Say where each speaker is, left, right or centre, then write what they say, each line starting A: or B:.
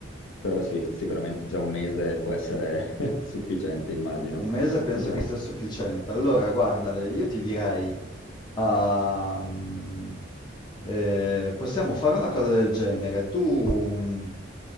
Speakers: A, on the left; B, on the left.
A: però sì, sicuramente già un mese può essere <laughs> sufficiente, immagino,
B: un mese penso
A: per fare...
B: che sia sufficiente. Allora, guarda, io ti direi, ehm, eh, possiamo fare una cosa del genere. Tu, mm,